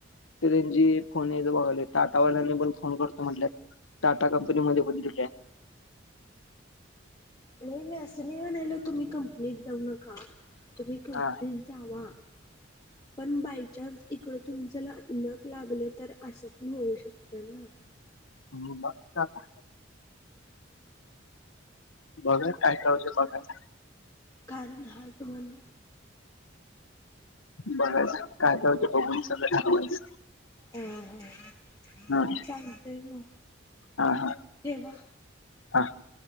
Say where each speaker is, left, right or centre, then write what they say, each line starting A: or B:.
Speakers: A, on the left; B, on the left.
A: त त्यांची फोन येयच बघायलोय, टाटावाल्यांनी पण फोन करतो म्हटलेत. टाटा कंपनी मध्ये पण दिल्या.
B: नाही मी असं नाही म्हणालो तुम्ही कंपनीत जाऊ नका, तुम्ही कंपनीत
A: हा
B: जावा.
A: <inaudible>
B: पण बायचान्स इकड तुम जर लक लागलं तर असं पण होऊ शकतं ना.
A: हम्म बघता आता. बघा काय काय होतयं बघायच.
B: कारण हा तुम्हाला
A: बघायच, काय काय होतंय बघून सगळं ठरवायचं.
B: हो हो,
A: हा
B: चालतंय मग.
A: हा
B: ठेवा.
A: हा